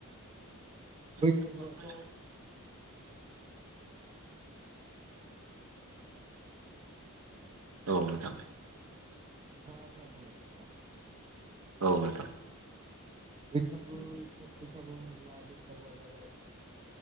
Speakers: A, on the right; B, on the right.
A: <unintelligible>
B: बैसागुआथ'
A: औ नोंथां
B: सम
A: औ नोंथां
B: <unintelligible>